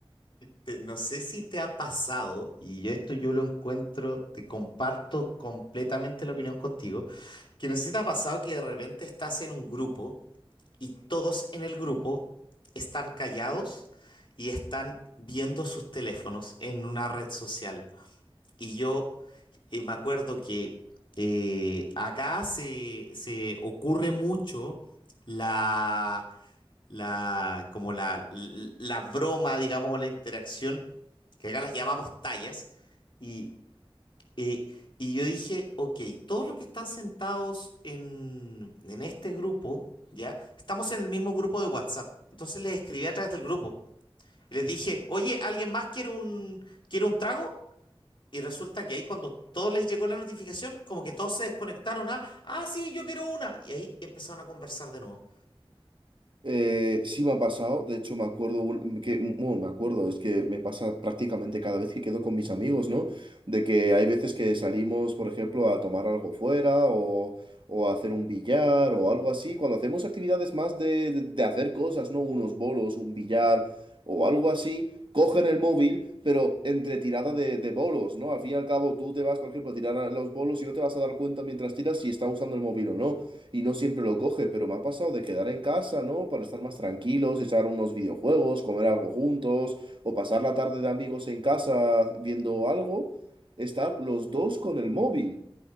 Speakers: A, on the left; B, on the right.
A: Te- No sé si te ha pasado, y esto yo lo encuentro, te comparto completamente la opinión contigo, que no sé si te ha pasado que de repente estás en un grupo y todos en el grupo están callados y están viendo sus teléfonos en una red social. Y yo eh, me acuerdo que eh, acá se, se ocurre mucho la la, como la, la broma, digamos, o la interacción, que acá las llamamos tallas, y, eh, y yo dije, ok, todos los que están sentados en, en este grupo, ¿ya? Estamos en el mismo grupo de WhatsApp, entonces les escribí a través del grupo, y les dije, oye, ¿alguien más quiere un, quiere un trago? Y resulta que ahí cuando todos les llegó la notificación, como que todos se desconectaron a, ah, sí, yo quiero una. Y ahí empezaron a conversar de nuevo.
B: Eh, sí me ha pasado, de hecho me acuerdo un- que, bueno, me acuerdo, es que me pasa prácticamente cada vez que quedo con mis amigos, ¿no? De que hay veces que salimos, por ejemplo, a tomar algo fuera o, o a hacer un billar o algo así, cuando hacemos actividades más de, de- de hacer cosas, ¿no? Unos bolos, un billar o algo así, cogen el móvil, pero entre tirada de, de bolos, ¿no? Al fin y al cabo tú te vas, por ejemplo, a tirar a los bolos y no te vas a dar cuenta mientras tiras si está usando el móvil o no. Y no siempre lo coge, pero me ha pasado de quedar en casa, ¿no? Para estar más tranquilos, echar unos videojuegos, comer algo juntos, o pasar la tarde de amigos en casa viendo algo, estar los dos con el móvil.